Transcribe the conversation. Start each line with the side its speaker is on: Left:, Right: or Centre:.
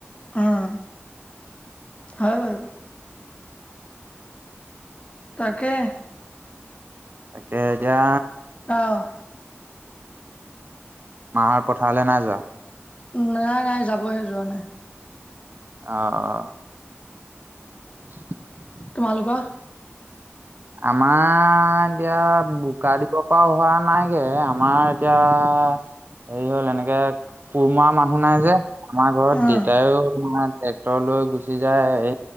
Left: অহ হয় বাৰো। তাকে
Right: তাকেহে এতিয়া
Left: অ',
Right: মা হত পথাৰলে নাই যোৱা?
Left: নাই নাই যাবহে যোৱা নাই।
Right: অহ <unintelligible>
Left: তোমালোকৰ?
Right: আমাৰ এতিয়া বোকা দিব পৰা হোৱা নাইগে আমাৰ এতিয়া পা হেৰি হল এনেকে কোৰ মৰা মানুহ নাই যে আমাৰ ঘৰত
Left: উম,
Right: দেতাইও তোমাৰ টেক তৰ লই গুচি যায়